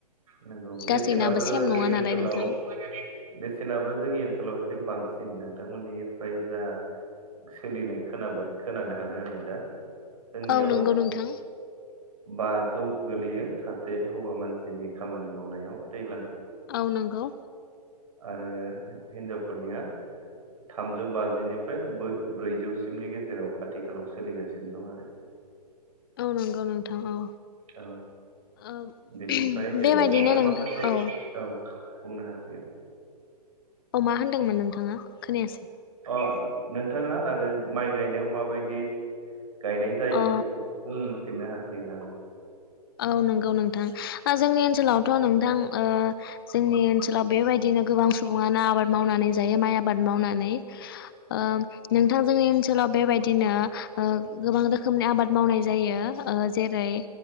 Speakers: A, on the right; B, on the left.
A: नंगौ
B: गासैनाबो
A: बेसेनाबो
B: सेम
A: जोंनि
B: नङा
A: ओनसोलाव
B: नालाय नोंथां
A: बेसेनाबो जोंनि ओनसोलाव एसे बां सिन नोंथांमोननिफ्राय जा सोलिनाय खोनाबाय खोनानो हादों आङो दा जोंनियाव
B: औ नंगौ नोंथां
A: बाजौ गोलैयो सासे हौवा मानसिनि खामानि मावनायाव बे
B: औ नंगौ
A: आरो हिनजावफोरनिया थामजौ बाजिनिफ्राय बो ब्रैजौसिमनि गेजेराव आथिखालाव सोलिगासिनो दं आरो
B: औ नंगौ नोंथां औ
A: औ
B: ओ
A: बेनिफ्राय दे
B: बेबायदिनो
A: नोंथाङा
B: नोंथां
A: माखासे
B: औ
A: औ बुंनो हासिगोन
B: औ मा होनदोंमोन नोंथाङा खोनायासै
A: अ नोंथाङा आरो माइ गायनायाव माबायदि गायनाय जायो
B: अ
A: बेखौ बुंफिननो हासि गोन आरो
B: औ नंगौ नों थां ओ जोंनि ओनसोलावथ नोंथां ओ जोंनि ओनसोलाव बेबायदिनो गोबां सुबुङानो आबाद मावनानै जायो माइ आबाद मावनानै ओ नोंथां जोंनि ओनसोलाव बेबायदिनो ओ गोबां रोखोमनि आबाद मावनाय जायो ओ जेरै